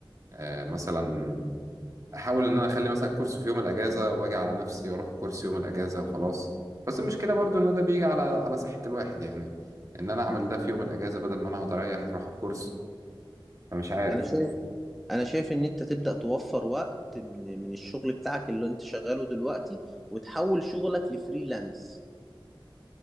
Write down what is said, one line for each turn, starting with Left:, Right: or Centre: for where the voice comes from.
Right: أه مثلا احاول ان انا اخلي مثلا كورس في يوم الاجازه واجي على نفسي واروح كورس يوم الاجازه وخلاص بس المشكله برضو ان ده بيجي على على صحه الواحد يعني ان انا اعمل ده في يوم الاجازه بدل ما انا اقعد اريح اروح الكورس فمش عارف
Centre: انا شايف انا شايف ان انت تبدأ توفر وقت من من الشغل بتاعك اللي انت شغاله دلوقتي وتحول شغلك لفريلانس